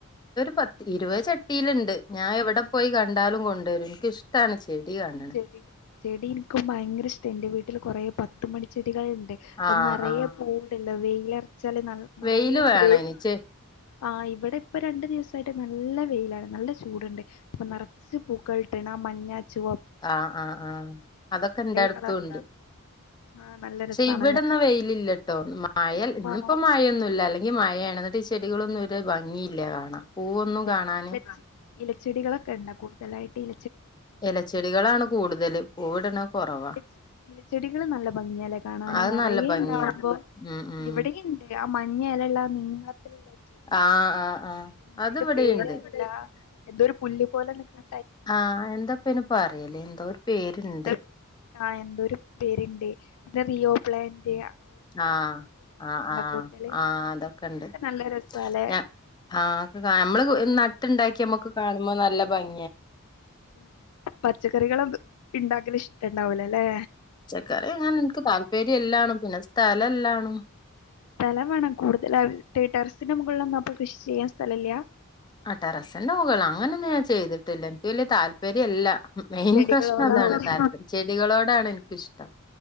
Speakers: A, on the left; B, on the left.
A: പത് ഇരുവത് ചട്ടീലിണ്ട് ഞായെവടെ പോയി കണ്ടാലും കൊണ്ടരും എനിക്കിഷ്ടാണ് ചെടി കാണണെ
B: ചെടി ചെടിനിക്കും ഭയങ്കരിഷ്ട എന്റെ വീട്ടില് കൊറേ പത്ത് മണിചെ ട്ടികൾണ്ട് അത്
A: ആഹ്
B: നെറയേ
A: ആഹ്
B: പൂവിട്ല്ലോ വെയില വച്ചാല് നൽ നറയേ
A: വെയില് വേണം
B: പൂ
A: അയിന് ചെ
B: ആ ഇവിടെപ്പ രണ്ടു ദിവസായിട്ട് നല്ല വെയിലാണ് നല്ല ചൂടുണ്ട് അപ്പ നറച്ച് പൂക്കൾട്ടിണ മഞ്ഞ ചുവ
A: ആ ആ ആ അതൊക്കെന്റെടുത്തുണ്ട്.
B: കളറില് ആ നല്ല രസാണല്ലോ
A: ക്ഷെ ഇവിടന്ന് വെയിലില്ലട്ടോ മയൽ ഇന്നിപ്പോ
B: ഓ
A: മയൊന്നുല്ല അല്ലെൻ ഈ മഴയാണ് എന്നിട്ട് ചെടികളൊന്നും ഒര് ഭംഗിയില്ല കാണാൻ. പൂവൊന്നും
B: ആ അതെ
A: കാണാന്
B: ഇലച്ചെടികളൊക്കെ ഇണ്ട കൂടുതലായിട്ട് ഇ
A: എലച്ചെടികളാണ് കൂടുതല് പൂവിടണ കൊറവാ
B: ഇല ഇലച്ചെടികള് നല്ല ഭംഗിയാലേ കാണാന്
A: അത്
B: നറയേണ്ടാവുമ്പോ
A: നല്ല ഭംഗിയാണ് ഉം ഉം
B: ഇവിടെയിണ്ട് ആ മഞ്ഞേലേള്ള നീള തിലോള്ളൊരു ചെടിണ്ടല്ലോ
A: ആഹ് ആഹ് ആഹ്
B: എന്തായിന്റെ
A: അതിവിടെയുണ്ട്
B: പേരെന്താ എന്തൊരു പുല്ല് പോലെ നിക്കണ
A: ആ എന്താപ്പയിന് പറയല് എന്തോ ഒരു പേര്ണ്ട്.
B: എന്താ ആ എന്തോരു പേര്ണ്ട് എന്തോ റിയോപ്ലാന്റ്.
A: ആ ആ ആ
B: കൂടുതല്
A: ആ അതൊക്കെണ്ട്
B: അതൊക്കെ നല്ല രസാല്ലേ
A: ഞാ ആ നമ്മള് നട്ടുണ്ടാക്കി നമ്മക്ക് കാണുമ്പോ നല്ല ഭംഗി
B: <inaudible> പച്ചക്കറികളും ഇണ്ടാക്കല് ഇഷ്ടണ്ടാവുല്ലല്ലേ.
A: ച്ചക്കറി ങ്ങനെനിക്ക് താല്പര്യല്ലാണ് പിന്നെ സ്ഥലല്ലാണ്.
B: സ്ഥലം വേണം കൂടുതലാള് ടെറസിന്റെ മുകളിലൊന്നും അപ്പ കൃഷി ചെയ്യാൻ സ്ഥലല്ല?
A: ആ ടെറസിന്റെ മുകള് അങ്ങനൊന്നും ഞാൻ ചെയ്തിട്ടില്ല എനിക്ക് വെല്ല്യ താല്പര്യല്ല. മെയിൻ
B: ചെടികളോടാവൂലേ
A: പ്രശ്നം അതാണ് താല്പര്യം ചെടികളോടാണെനിക്കിഷ്ടം.